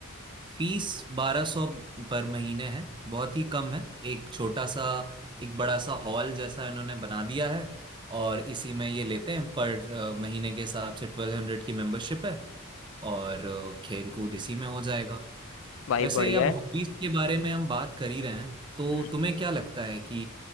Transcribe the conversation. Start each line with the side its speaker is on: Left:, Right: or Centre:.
Right: फीस बारह सौ पर महीने है बहुत ही कम है एक छोटा सा एक बड़ा सा हॉल जैसा इन्होंने बना दिया है और इसी में ये लेते हैं पर अ, महीने के हिसाब से ट्वेल्व हंड्रेड की मेंबरशिप है और अ, खेल कूद इसी में हो जाएगा
Left: भाई
Right: वैसे
Left: बढ़िया
Right: अब
Left: है
Right: हॉबीज के बारे में हम बात कर ही रहे हैं तो
Left: हम्म।
Right: तुम्हें क्या लगता है कि